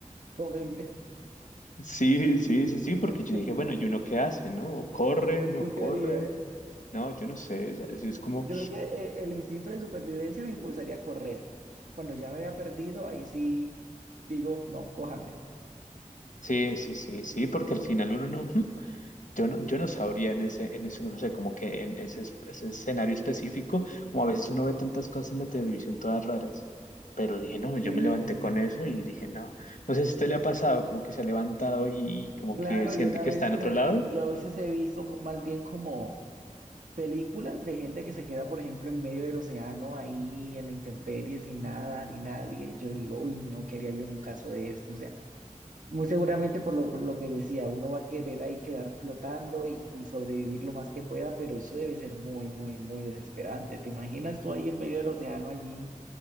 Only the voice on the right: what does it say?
tómenme.
<laughs>
Mm,
¿Tú
qué harías?
Yo creo que eh, el instinto de supervivencia me impulsaría a correr. Cuando ya me había perdido, ahí sí digo, no, cójanme.
Sí,
sí.
Claro,
y una
vez
me,
me- yo a veces he visto co- más bien como películas de gente que se queda, por ejemplo, en medio del océano, ahí en la intemperie, sin nada, ni nadie. Yo digo, uy, no, ¿qué haría yo en un caso de eso? O sea, muy seguramente por lo, por lo que decía, uno va a querer ahí quedar flotando y, y sobrevivir lo más que pueda, pero eso debe ser muy, muy, muy desesperante. ¿Te imaginas tú ahí en medio del océano, allí,